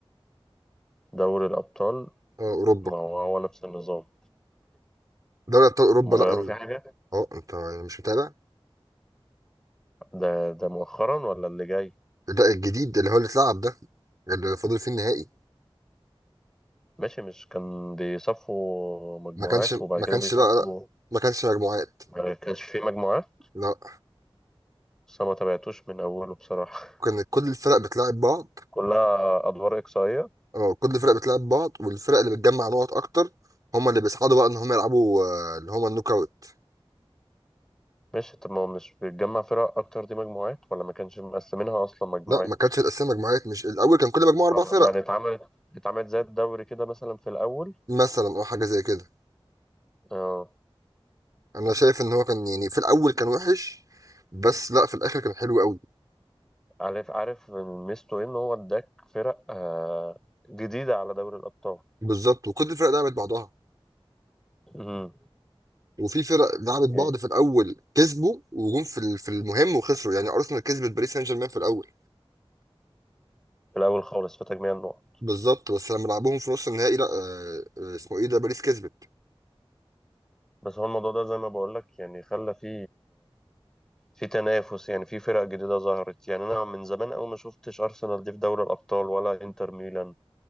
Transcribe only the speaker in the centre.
دوري الأبطال
ما هو هو نفس النظام
هم غيروا
فيه حاجة
ده ده مؤخرا ولا اللي جاي
ماشي مش كان بيصفوا مجموعات
وبعد
كده
بيصفوا
ما كانش فيه مجموعات
بس أنا ما تابعتوش من أوله بصراحة
<laughs> كلها أدوار إقصائية
ماشي طب ما هو مش بتجمع فرق اكتر دي مجموعات ولا ما كانش مقسمينها اصلا مجموعات
اه
يعني اتعملت اتعملت زي الدوري كده مثلا في الاول
اه
عارف عارف ميزته إيه؟ ان هو اداك فرق آه جديده على دوري الابطال
امم
إيه؟
في الاول خالص في تجميع النقط
بس هو الموضوع ده زي ما بقول لك يعني خلى في في تنافس يعني في فرق جديده ظهرت يعني انا من زمان قوي ما شفتش ارسنال دي في دوري الابطال ولا انتر ميلان